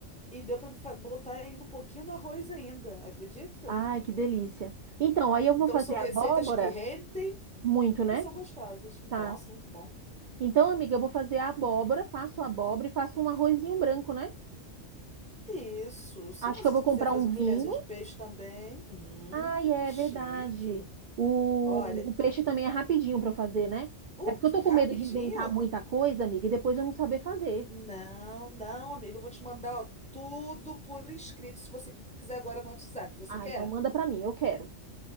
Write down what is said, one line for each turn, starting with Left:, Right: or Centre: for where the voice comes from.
Centre: E deu para me fa- botar ainda um pouquinho no arroz ainda, acredita?
Right: Ai, que delícia. Então, aí eu
Centre: Então,
Right: vou fazer
Centre: são receitas
Right: abóbora,
Centre: que rendem
Right: muito, né?
Centre: e são gostosas. Nossa,
Right: Tá.
Centre: muito bom.
Right: Então, amiga, eu vou fazer a abóbora, faço a abóbora e faço um arrozinho branco, né?
Centre: Isso. Se
Right: Acho
Centre: você
Right: que eu vou comprar
Centre: quiser fazer
Right: um vinho.
Centre: um filezinho de peixe também, hum,
Right: Ai, é
Centre: que chique.
Right: verdade. O,
Centre: Olha,
Right: o peixe também é rapidinho para eu fazer, né?
Centre: o
Right: É porque
Centre: que-
Right: eu tô
Centre: rapidinho?
Right: com medo de inventar muita coisa, amiga, e depois eu não saber fazer.
Centre: Não, não, amigo, eu vou te mandar, ó, tudo por escrito, se você quiser agora no WhatsApp. Você
Right: Ah,
Centre: quer?
Right: então manda para mim, eu quero.